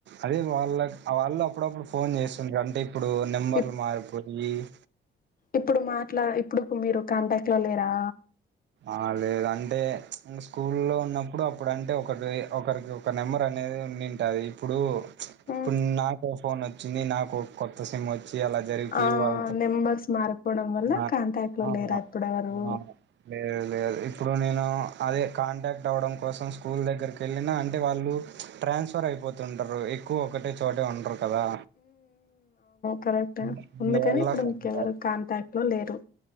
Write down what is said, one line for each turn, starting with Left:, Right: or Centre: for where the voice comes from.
Right: అదే వాళ్ళ వాళ్ళు అప్పుడప్పుడు ఫోన్ చేస్తుంది అంటే ఇప్పుడు నెంబర్లు
Left: ఇప్
Right: మారిపో అ
Left: ఇప్పుడు మాట్లా ఇప్పుడు మీరు కాంటాక్ట్ లో లేరా
Right: ఆ లేదు అంటే ఇంకా స్కూల్లో ఉన్నప్పుడు అప్పుడంటే ఒకటి ఒకరికి ఒక నెంబర్ అనేది ఉన్నింటాది ఇప్పుడు
Left: మ్మ్
Right: ఇపుడు నాక ఫోన్ వచ్చింది నాకు కొత్త సిమ్ వచ్చి అలా జరిగిపోయి
Left: ఆ
Right: వాళ్ళతో
Left: నెంబర్స్ మారిపోవడం వల్ల
Right: ఆ!
Left: కాంటాక్ట్ లో
Right: ఆ!
Left: లేరా ఇప్పుడెవరు
Right: ఆ! లేదు లేదు ఇప్పుడు నేను అదే కాంటాక్ట్ అవ్వడం కోసం స్కూల్ దగ్గరికి వెళ్ళిన అంటే వాళ్ళు ట్రాన్స్ఫర్ అయిపోతుంటారు ఎక్కువ ఒకటే చోటే ఉండరు కదా
Left: కరెక్ట్
Right: అందువల్ల
Left: ఉందికని ఇప్పుడు
Right: కాంటాక్ట్
Left: ఇంకెవరు కాంటాక్ట్ లో లేరు